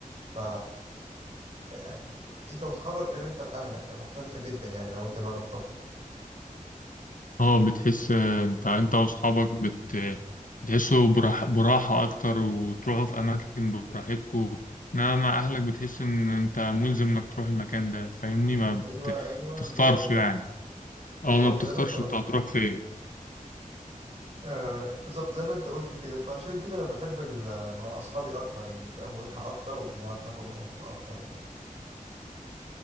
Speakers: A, on the right; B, on the left.
A: ف يعني انت واصحابك غير انت واهلك بتبقى مختلفة جدا يعني لو انت جربتها
B: اه بتحس انت انت واصحابك بت بتحسوا براح... براحة اكتر وتروحوا في اماكن براحتكم انما مع اهلك بتحس ان انت ملزم انك تروح المكان ده فاهمني ما بت...
A: ايوه ايوه
B: بتختارش
A: بالظبط
B: يعني
A: بالظبط
B: اه ما
A: زي
B: بتختارش
A: ما انت قلت
B: انت هتروح
A: كده
B: فين
A: آه بالظبط زي ما انت قلت كده فعشان كده انا بحب ال- مع اصحابي اكتر يعني بتبقى مريحة اكتر وبنعرف ناخد راحتنا اكتر يعني